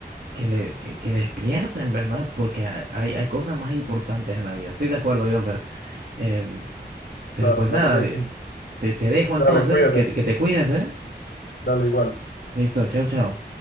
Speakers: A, on the right; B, on the left.
A: que, le, que, que despierten, ¿verdad? Porque hay, hay, hay cosas más importantes en la vida. Estoy de acuerdo, John. Fer. Em, pero
B: Claro,
A: pues
B: claro
A: nada,
B: que sí.
A: eh, te, te dejo
B: Dale,
A: entonces,
B: cuídate.
A: que, te- que te cuides, ¿eh?
B: Dale igual.
A: Listo, chao, chao.